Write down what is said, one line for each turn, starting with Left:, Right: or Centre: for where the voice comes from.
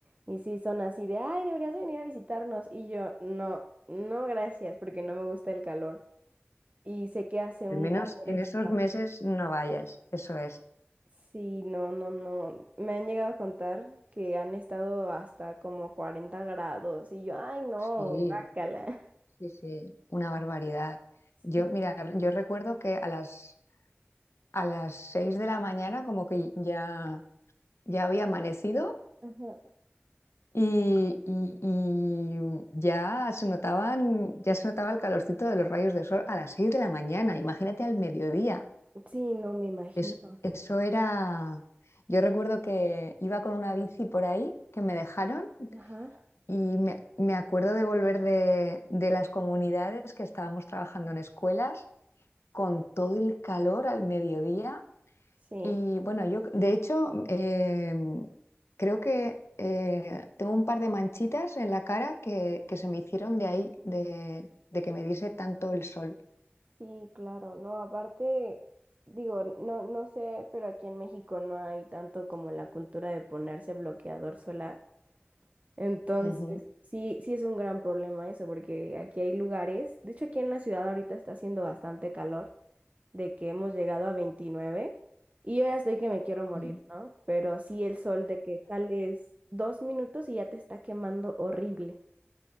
Right: Y sí, son así de, ay, deberías venir a visitarnos. Y yo, no, no, gracias, porque no me gusta el calor. Y sé que hace un
Left: Al menos
Right: calor
Left: en
Right: espantoso.
Left: esos meses no vayas, eso es.
Right: Sí, no, no, no. Me han llegado a contar que han estado hasta como 40 grados. Y yo, ay, no,
Left: Sí.
Right: guácala. <laughs>
Left: Sí, sí, una barbaridad.
Right: Sí,
Left: Yo, mira, yo recuerdo que a las, a las 6 de la mañana como que ya, ya había amanecido
Right: ajá.
Left: y, y- y ya se notaban, ya se notaba el calorcito de los rayos de sol a las 6 de la mañana. Imagínate al mediodía.
Right: Sí, no me imagino.
Left: Es- eso era... Yo recuerdo que iba con una bici por ahí que me dejaron
Right: Ajá.
Left: y me, me acuerdo de volver de, de las comunidades que estábamos trabajando en escuelas con todo el calor al mediodía.
Right: Sí.
Left: Y bueno, yo de hecho eh, creo que eh, tengo un par de manchitas en la cara que, que se me hicieron de ahí, de, de que me diese tanto el sol.
Right: Sí, claro, no, aparte, digo, no, no sé, pero aquí en México no hay tanto como la cultura de ponerse bloqueador solar. Entonces,
Left: Ujú.
Right: sí, sí es un gran problema eso, porque aquí hay lugares, de hecho aquí en la ciudad ahorita está haciendo bastante calor, de que hemos llegado a 29. y yo ya estoy que me quiero morir,
Left: Sí.
Right: ¿no? Pero sí el sol de que sales dos minutos y ya te está quemando horrible.